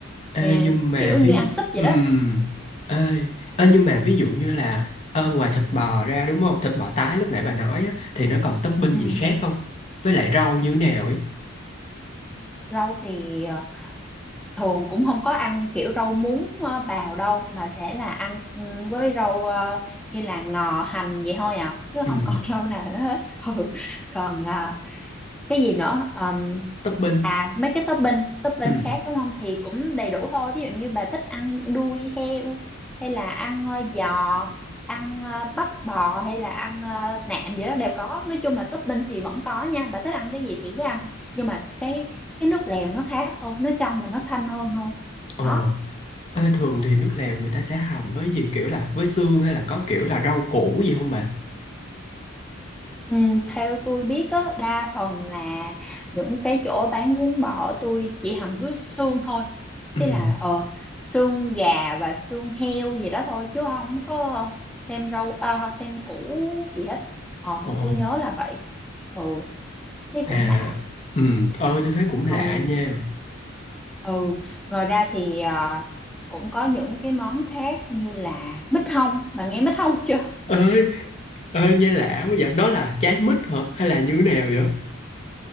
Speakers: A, on the left; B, in the centre.
A: Ê,
B: nghe
A: nhưng mà
B: kiểu như
A: ví
B: ăn súp vậy
A: ừm,
B: đó
A: ê, ê, nhưng mà ví dụ như là ờ, ngoài thịt bò ra đúng không? Thịt bò tái lúc nãy bà nói á, thì nó còn topping
B: ừ
A: gì khác không? Với lại rau như thế nào ấy?
B: rau thì ờ, thường cũng không có ăn kiểu rau muống ờ, bào đâu mà sẽ là ăn ừ, với rau ờ, như là ngò hành vậy thôi à chứ không
A: Ừm,
B: còn <laughs> rau nào nữa hết ừ còn ờ, cái gì nữa Ờm,
A: topping.
B: à mấy cái topping topping
A: Ừm,
B: khác đúng không thì cũng đầy đủ thôi ví dụ như bà thích ăn đuôi heo hay là ăn ờ, giò ăn ờ, bắp bò hay là ăn ờ, nạm gì đó đều có nói chung là topping thì vẫn có nha bà thích ăn cái gì thì cứ ăn nhưng mà cái cái nước lèo nó khác thôi nó trong và nó thanh hơn thôi
A: ồ.
B: đó
A: Ê, thường thì nước lèo người ta sẽ hầm với gì kiểu là với xương hay là có kiểu là rau củ gì không bà?
B: Ừ, theo tôi biết á, đa phần là những cái chỗ bán bún bò tôi chỉ hầm với xương thôi. Ý
A: Ừm,
B: là ờ, xương gà và xương heo gì đó thôi chứ không có thêm rau à, thêm củ gì hết. Ờ,
A: ồ.
B: tôi nhớ là vậy. Ừ, thế
A: À,
B: cũng lạ.
A: ừm,
B: Ừ,
A: ơi tôi thấy cũng
B: Còn
A: lạ nha.
B: ừ, ngoài ra thì à, cũng có những cái món khác như là mít hông. Bà nghe mít hông <laughs> chưa?
A: Ơi, ơi nghe lạ quá vậy. Nó là trái mít hả? Hay là như thế nào vậy?